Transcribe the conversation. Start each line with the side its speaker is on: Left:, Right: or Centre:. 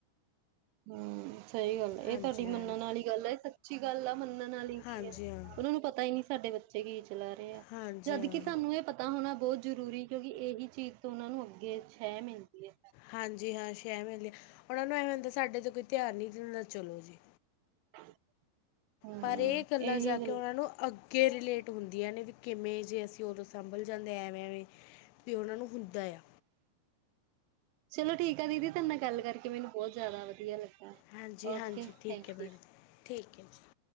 Right: ਹੂੰ ਸਹੀ ਗੱਲ ਏ‌
Left: ਹਾਂਜੀ
Right: ਇਹ ਤੁਹਾਡੀ ਮੰਨਣ
Left: ਮੈਡਮ
Right: ਵਾਲੀ ਗੱਲ ਐ ਇਹ ਸੱਚੀ ਗੱਲ ਆ ਮੰਨਣ ਵਾਲੀ
Left: ਹਾਂਜੀ
Right: ਕੀ ਆ
Left: ਹਾਂ
Right: ਉਹਨਾਂ ਨੂੰ ਪਤਾ ਹੀ ਨੀ ਸਾਡੇ ਬੱਚੇ ਕੀ ਚਲਾ ਰਹੇ ਆ
Left: ਹਾਂਜੀ
Right: ਜਦਕਿ
Left: ਹਾਂ
Right: ਸਾਨੂੰ ਇਹ ਪ ਤਾ ਹੋਣਾ ਬਹੁਤ ਜ਼ਰੂਰੀ ਕਿਉਂਕਿ ਇਹੀ ਚੀਜ਼ ਤੋਂ ਉਹਨਾ ਨੂੰ ਅੱਗੇ ਛਾਇਆ ਮਿਲਦੀ ਐ
Left: ਹਾਂਜੀ ਹਾਂ ਸ਼ੈਅ ਮਿਲ ਉਹਨਾਂ ਨੂੰ ਐਵੇਂ ਹੁੰਦਾ ਸਾਡੇ ਤੇ ਕੋਈ ਧਿਆਨ ਨਹੀਂ ਦਿੰ ਚਲੋ ਜੀ
Right: <inaudible> ਹੂੰ
Left: ਪਰ ਇਹ ਗੱਲਾਂ
Right: ਇਹੀ
Left: ਜਾ ਕੇ
Right: ਗੱਲ
Left: ਉਹਨਾਂ ਨੂੰ ਅੱਗੇ ਰਿਲੇਟ ਹੁੰਦੀਆਂ ਵੀ ਕਿਵੇਂ ਜੇ ਅਸੀਂ ਉਦੋਂ ਸੰਭਲ ਜਾਂਦੇ ਐਵੇਂ ਐਵੇਂ ਵੀ ਉਹਨਾਂ ਨੂੰ ਹੁੰਦਾ ਆ
Right: ਚਲੋ ਠੀਕ ਆ ਦੀਦੀ ਤਾਨ ਨਾਲ ਗੱਲ ਕਰਕੇ ਮੈਨੂੰ ਬੌਤ ਜਆਦਾ ਵਧੀਆ ਲੱਗਾ।
Left: ਹਾਂਜੀ
Right: ਓਕੇ
Left: ਹਾਂਜੀ
Right: ਥੈਂਕ
Left: ਠੀਕ ਏ ਮੈਡਮ
Right: ਯੂ।
Left: ਠੀਕ ਐ ਜੀ।